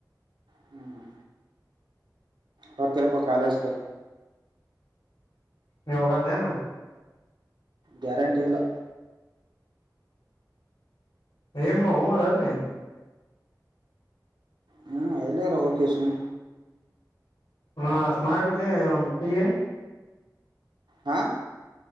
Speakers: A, on the right; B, on the left.
A: ಹ್ಮ್ ಹೋಗ್ತೀರಪ್ಪಾ ಕಾಲೇಜ್ ಕ
B: ನೀವು ಹೋಗಾಲೇನ್
A: ಗ್ಯಾರಂಟಿಲ್ಲ
B: ಏನ್ ಮಾಡವೊ ಮಾರಾಯ ಅಲ್ಲಿ
A: ಹ್ಮ್ ಎಲ್ಲರ ಹೋಕೀವಿ ಸುಮ್
B: ಹಾ ಅಷ್ಟ್ ಮಾಡ್ ಬಿಡ್ಲೇ <unintelligible>
A: ಹಾ